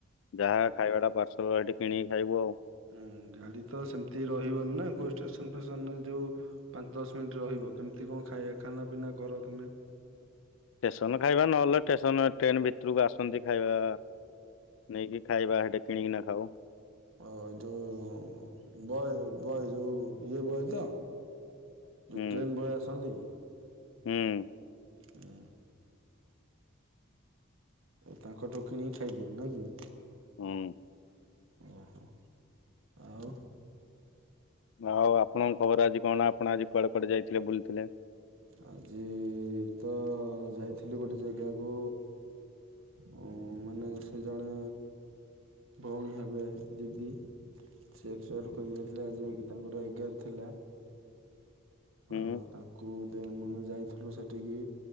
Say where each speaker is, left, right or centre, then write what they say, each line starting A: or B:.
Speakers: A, on the left; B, on the right.
A: ଯାହା ଖାଇବାଟା ପାର୍ସଲ ସେଠି କିଣିକି ଖାଇବୁ ଆଉ।
B: ହୁଁ, ଗାଡି ତ ସେମିତି ରହିବନି ନା କୋଉ ଷ୍ଟେସନ ଫେସନ ରେ ଯୋଉ ପାଞ୍ଚ ଦଶ ମିନିଟ୍ ରହିବ କେମିତି କଣ ଖାଇଆ ଖାନା ପିନା କର ତମେ?
A: ଷ୍ଟେସନ ଖାଇବା ନହେଲେ ଷ୍ଟେସନ ଟ୍ରେନ ଭିତରକୁ ଆସନ୍ତି ଖାଇବା ନେଇକି ଖାଇବା ସେଠି କିଣିକି ନା ଖାଉ‌।
B: ଵ ଯୋଉ ବୟ ବୟ ଯୋଉ ଇଏ ବୟ ତ? ଯୋଉ
A: ହୁଁ
B: ଟ୍ରେନ୍ ବୟ ଆସନ୍ତି?
A: ହୁଁ।
B: ହୁଁ। ତାଙ୍କଠୁ କିଣିକି ଖାଇଦିଅ ନାଇଁ କି?
A: ହୁଁ।
B: ଓହୋ ଆଉ
A: ଆଉ ଆପଣଙ୍କ ଖବର ଆଜି କଣ ଆପଣ ଆଜି କୁଆଡେ କୁଆଡେ ଯାଇଥିଲେ ବୁଲିଥିଲେ?
B: ଆଜି ତ ଯାଇଥିଲି ଗୋଟେ ଜାଗାକୁ ଓ ମାନେ ସେ ଜଣେ ଭଉଣୀ ହେବେ ଦିଦି ସେ ଏକ୍ସପାଏଡ୍ କରିଯାଇଥିଲେ ଆଜି ଯାଇକି ତାଙ୍କର ଏଗାର ଥିଲା
A: ହୁଁ
B: ଆଉ ତାଙ୍କୁ ଦେ ମାନେ ଯାଇଥିଲୁ ସେଠିକି।